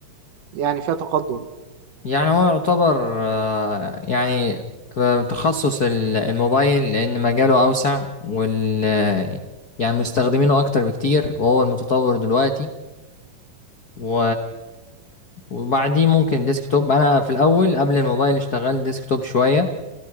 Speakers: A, on the right; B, on the left.
A: يعني فيها تقدم يعني.
B: يعني هو يعتبر آه، يعني آه، تخصص ال- الموبايل لان مجاله اوسع وال آه، يعني مستخدمينه اكتر بكتير وهو المتطور دلوقتي و وبعديه ممكن ديسكتوب انا في الاول قبل الموبايل اشتغلت ديسكتوب شويه